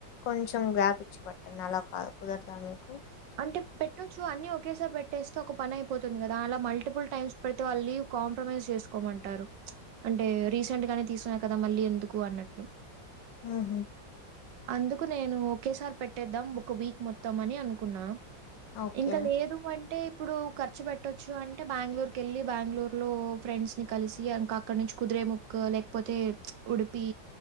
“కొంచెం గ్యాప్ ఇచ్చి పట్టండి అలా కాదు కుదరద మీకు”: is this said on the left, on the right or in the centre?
Left